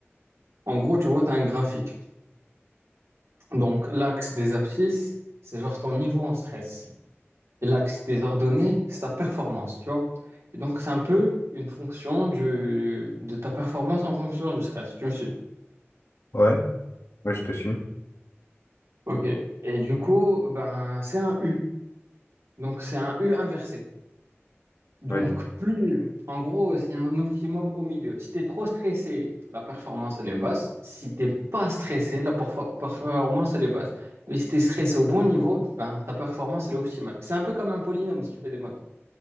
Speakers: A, on the right; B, on the left.
A: En gros, tu vois, tu as un graphique. Donc, l'axe des abscisses, c'est genre ton niveau en stress. l'axe des ordonnées, c'est ta performance, tu vois. Et donc, c'est un peu une fonction du, de ta performance en fonction du stress, tu me suis.
B: Ouais, ouais, je te suis.
A: Ok, Et du coup, ben, c'est un U. Donc, c'est un U inversé. Donc,
B: Ouais,
A: plus, en gros, il y a un optimum au milieu. Si tu es trop stressé, la performance, elle est basse. Si t'es pas stressé, la perfo- performance, elle est basse. Mais si tu es stressé au bon niveau, ben, ta performance, elle est optimale. C'est un peu comme un polynôme si tu fais des maths.